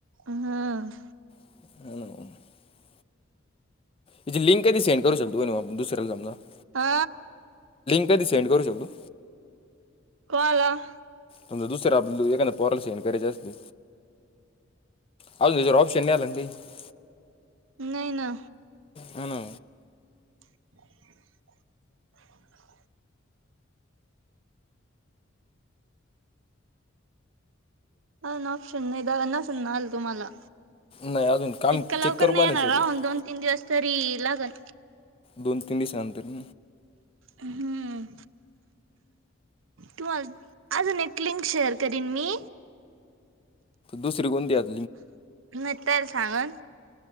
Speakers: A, on the right; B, on the left.
A: हह.
B: <inaudible> हीची लिंक कानी सेंड करू शकतो का आपन दुसऱ्याला समजा --
A: हा.
B: कधी सेंड करू शकतो.
A: कोला --
B: समजा दुसरं आपण एखाद पोराला सेंड करायच असते. आजुन काय ऑप्शन आला नाही ते
A: नाही ना
B: <unintelligible> ह ना.
A: <inaudible> हा ना ऑप्शन नाही द नस आल तुम्हाला
B: नाही अजून काम
A: इतक लवकर
B: चेक करून
A: नाही
B: आलं
A: येणार
B: सगळं
A: राहून दोन, तीन दिवस तरी लागल.
B: दोन, तीन दिवसानंतर.
A: हम्म. तु् अजून एक लिंक शेअर करीन मी
B: दुसरी कोणती द्यात.
A: नटल सावान